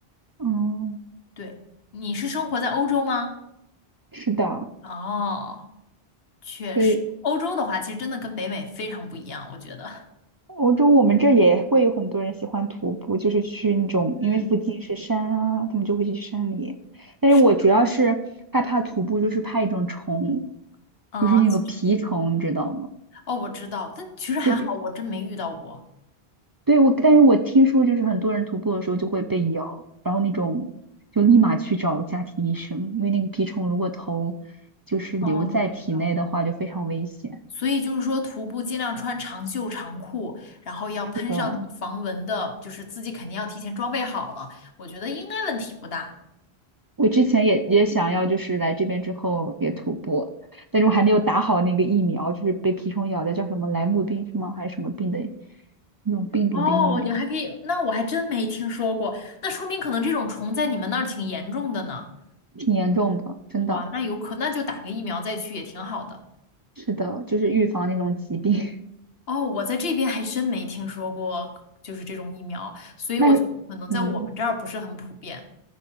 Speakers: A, on the right; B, on the left.
A: 嗯，
B: 对，你是生活在欧洲吗？
A: 是的，
B: 哦，确实，
A: 所以
B: 欧洲的话，其实真的跟北美非常不一样，我觉得。
A: 欧洲我们这儿也会有很多人喜欢徒步，就是去那种，
B: 嗯，
A: 因为附近是山啊，他们就会去山里。但是我主要是害怕徒步，
B: 是的，
A: 就是怕一种虫，
B: 啊、
A: 就是那个蜱虫，
B: 其实
A: 你知道吗？
B: 哦，我知道，但其实还好，
A: 这边
B: 我真没遇到过。
A: 对，我，但是我听说就是很多人徒步的时候就会被咬，然后那种就立马去找家庭医生，因为那个蜱虫如果头就是留在体内的话就非常危险。
B: 哦，我知道。所以就是说，徒步尽量穿长袖长裤，然后要喷上那个防蚊的，
A: 是的，
B: 就是自己肯定要提前装备好了。我觉得应该问题不大。
A: 我之前也也想要就是来这边之后也徒步，但是我还没有打好那个疫苗，
B: 嗯，
A: 就是被蜱虫咬的叫什么莱姆病是吗？还是什么病的那种病毒的疫苗，
B: 哦，你们还可以，那我还真没听说过，那说明可能这种虫在你们那儿挺严重的呢。
A: 挺严重的，真的
B: 哇，那有可，那就打个疫苗再去也挺好的。
A: 是的，就是预防那种疾病。<laughs>
B: 哦，我在这边还真没听说过，就是这种疫苗，所以我觉得可能在我们这儿不是很普遍。
A: 那嗯。